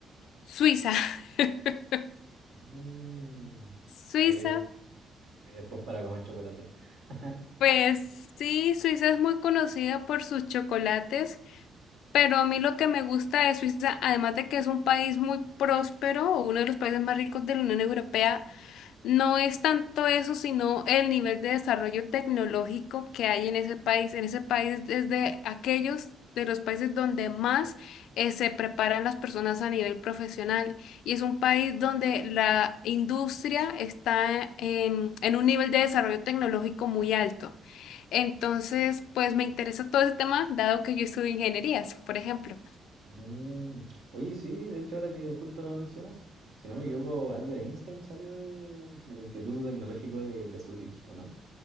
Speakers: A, on the left; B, on the right.
A: Suiza. <laughs>
B: Mm,
A: Suiza,
B: Ahí, ahí después para comer chocolate. <laughs>
A: pues sí, Suiza es muy conocida por sus chocolates, pero a mí lo que me gusta de Suiza, además de que es un país muy próspero, o uno de los países más ricos de la Unión Europea, No es tanto eso, sino el nivel de desarrollo tecnológico que hay en ese país. En ese país es de aquellos de los países donde más eh, se preparan las personas a nivel profesional y es un país donde la industria está en, en un nivel de desarrollo tecnológico muy alto. Entonces, pues me interesa todo ese tema, dado que yo estudio ingenierías, por ejemplo.
B: Mm, Oye, sí, de hecho, ahora que justo lo mencionas, si no me equivoco, Albert Einstein salió de- del Instituto Tecnológico de, de Zurich, ¿o no?